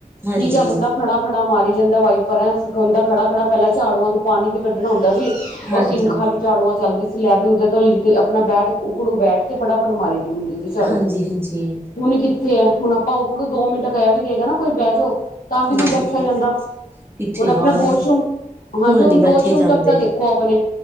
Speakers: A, on the right (about 15°); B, on the left (about 80°).
A: ਹਾਂਜੀ
B: ਠੀਕ ਹੈ ਬੰਦਾ ਖੜਾ ਖੜਾ ਮਾਰੀ ਜਾਂਦਾ ਵਾਈਪਰ ਹੈ ਹਦਾ ਖੜਾ ਖੜਾ ਪਹਿਲਾਂ ਝਾੜੂ ਤੇ ਪਾਣੀ ਵੀ ਕੱਢਣਾ ਹੁੰਦਾ ਸੀ
A: ਹਾਂਜੀ,
B: ਉਹ ਸਿੰਖਾਂਵਾਲੀ
A: ਹਾਂਜੀ-ਹਾਂਜੀ,
B: ਝਾੜੂਆਂ ਚੱਲਦੀ ਸੀ ਲੈ ਵੀ ਉਦੇ ਤੋਂ ਲਿ ਆਪਣਾ ਬੈਠ ਉਕੜੂ ਬੈਠ ਕੇ ਫਟਾਫਟ ਮਾਰੀ ਹੁੰਦੀ ਸੀ ਝਾੜੂ
A: ਹਾਂਜੀ।
B: ਹੁਣ ਕਿੱਥੇ ਆ ਹੁਣ ਆਪਾਂ ਉਕੜੂ ਦੋ ਮਿੰਟ ਕਹਿ ਵੀ ਦੇਗਾ ਨਾ ਕੋਈ ਬਹਿ ਜਾਓ ਤਾਂ ਵੀ
A: ਹਾਂਜੀ
B: ਨਹੀ ਬੈਠਿਆ ਜਾਂਦਾ
A: ਕਿੱਥੇ
B: ਹੁਣ
A: ਯਾਰ
B: ਆਪਣੇ ਵਾਸ਼ਰੂਮ ਹਾਂਜੀ ਹੁਣ
A: ਨੀ ਬੈਠੇ
B: ਵਾਸ਼ਰੂਮ
A: ਜਾਂਦੇ
B: ਤੱਕ ਤਾਂ ਦੇਖੋ ਆਪਣੇ